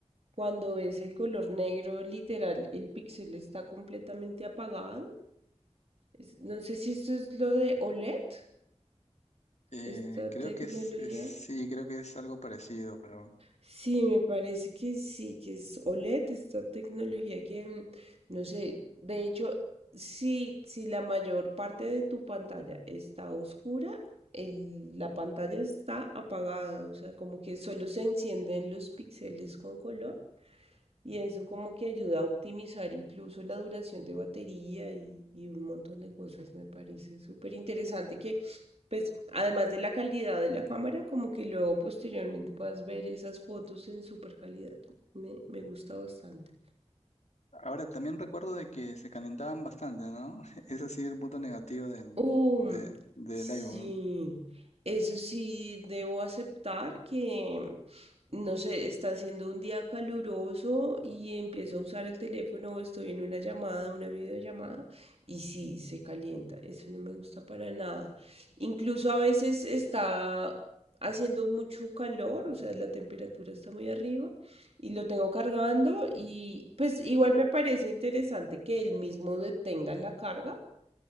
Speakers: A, on the right (about 60°); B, on the left (about 75°).
A: cuando es el color negro, literal, el píxel está completamente apagado. Es- No sé si esto es lo de OLED.
B: Eh,
A: Esta
B: creo
A: tecnología,
B: que es, es- sí, creo que es algo parecido, pero
A: sí, me parece que sí, que es OLED, esta tecnología que, mm, no sé, de hecho, sí, si la mayor parte de tu pantalla está oscura, el- la pantalla está apagada, o sea, como que solo se encienden los píxeles con color y eso como que ayuda a optimizar incluso la duración de batería y, y un montón de cosas. Me parece súper interesante que, pues, además de la calidad de la cámara, como que luego posteriormente puedas ver esas fotos en súper calidad. Me, me gusta bastante.
B: Ahora también recuerdo de que se calentaban bastante, ¿no? <laughs> Ese sí es el punto negativo del,
A: Uh,
B: de- del
A: sí,
B: iPhone.
A: eso sí, debo aceptar que, no sé, está haciendo un día caluroso y empiezo a usar el teléfono, estoy en una llamada, una videollamada, y sí, se calienta, eso no me gusta para nada. Incluso a veces está haciendo mucho calor, o sea, la temperatura está muy arriba y lo tengo cargando y pues igual me parece interesante que él mismo detenga la carga